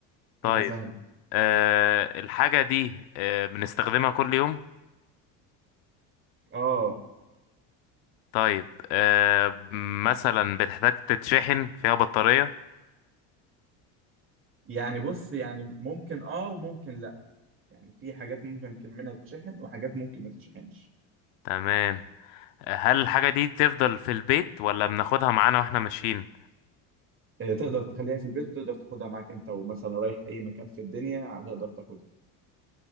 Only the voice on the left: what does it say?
طيب
آه الحاجة دي آه بنستخدمها كل يوم
طيب آه مثلا بتحتاج تتشحن فيها بطارية
تمام هل الحاجة دي تفضل في البيت ولا بناخدها معانا واحنا ماشيين